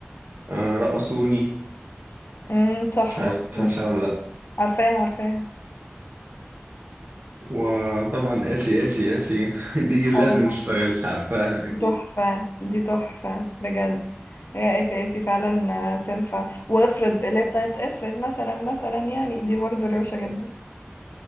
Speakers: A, on the right; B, on the left.
A: آه، رقصوني
B: امم صح
A: مش عارف
B: رأسون
A: عارفها ولا لأ
B: عارفاها عارفاها
A: وطبعا آسي آسي آسي <laughs> دي لازم
B: اه
A: تشتغل عارفاها أكيد
B: دي تحفة دي تحفة بجد يا اسي اسي فعلا آه، تنفع وافرض اللي هي بتاعت افرض مثلا مثلا يعني دي برضه روشة جدا